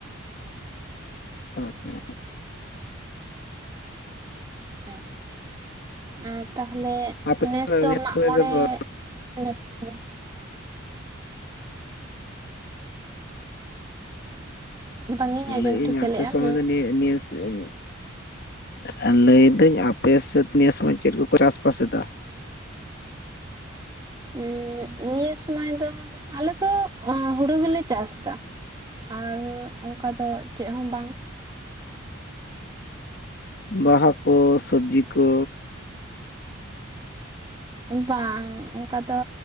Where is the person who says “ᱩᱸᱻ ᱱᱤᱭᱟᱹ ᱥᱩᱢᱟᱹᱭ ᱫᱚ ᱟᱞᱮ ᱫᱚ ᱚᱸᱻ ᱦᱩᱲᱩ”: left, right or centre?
Right